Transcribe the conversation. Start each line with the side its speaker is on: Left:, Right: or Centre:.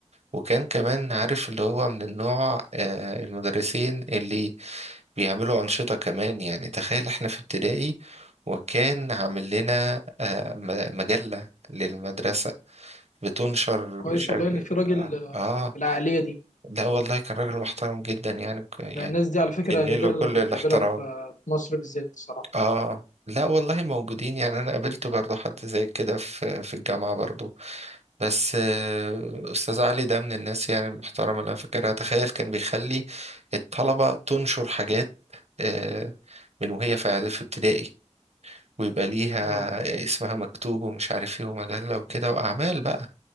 Right: وكان كمان عارف اللي هو من النوع آه المدرسين اللي بيعملوا أنشطة كمان يعني تخيل احنا في ابتدائي وكان عامل لنا آه م- مجلة للمدرسة بتنشر
Left: كويس
Right: بشكل
Left: والله إن في راجل آه،
Right: آه
Left: بالعقلية دي
Right: لا والله كان راجل محترم جدا يعني ك- يعني
Left: لأن الناس دي على فكرة
Right: كني
Left: نادرا
Right: له كل
Left: لما
Right: الاحترام
Left: بتقابلها في آه، في مصر بالذات الصراحة
Right: آه لا والله موجودين يعني أنا قابلت برضه حد زي كده في في الجامعة برضه بس آه، أستاذ علي ده من الناس يعني المحترمة اللي أنا فاكرها تخيل كان بيخلي الطلبة تنشر حاجات آه، من وهي في في ابتدائي ويبقى ليها
Left: أيوه
Right: آه، اسمها مكتوب ومش عارف ايه ومجلة وكده وأعمال بقى